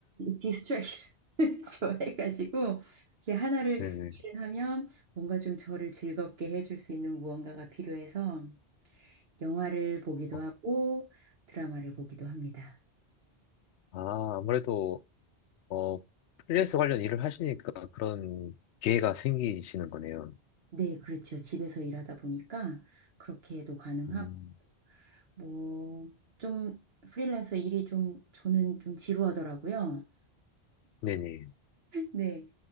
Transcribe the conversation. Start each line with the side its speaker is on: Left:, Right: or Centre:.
Right: 디스트랙션을 <laughs> 좋아해가지고 이게 하나를
Left: 네네.
Right: 일을 하면 뭔가 좀 저를 즐겁게 해줄 수 있는 무언가가 필요해서 영화를 보기도
Left: 어,
Right: 하고 드라마를 보기도 합니다.
Left: 아, 아무래도, 어, 프리랜서 관련 일을 하시니까 그런 기회가 생기시는 거네요.
Right: 네, 그렇죠. 집에서 일하다 보니까 그렇게도 가능하고,
Left: 음,
Right: 뭐, 좀 프리랜서 일이 좀 저는 좀 지루하더라고요.
Left: 네네.
Right: 네.